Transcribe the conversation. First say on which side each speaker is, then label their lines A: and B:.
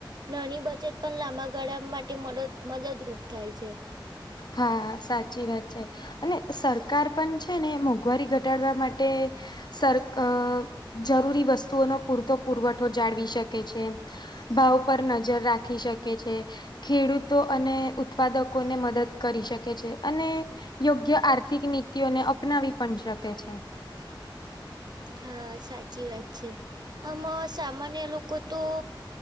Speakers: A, on the right (about 55°); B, on the left (about 55°).
A: નાની બચત પન લાંબા ગાળા માટે મલદ મદદરૂપ થાય છે.
B: હા સાચી વાત છે. અને સરકાર પન છે ને મોંઘવારી ઘટાડવા માટે સરક જરૂરી વસ્તુઓનો પૂરતો પુરવઠો જાળવી શકે છે ભાવ પર નજર રાખી શકે છે ખેડૂતો અને ઉત્પાદકોને મદદ કરી શકે છે અને યોગ્ય આર્થિક નીતિઓને અપનાવી પન શકે છે.
A: હા સાચી વાત છે આમ સામાન્ય લોકો તો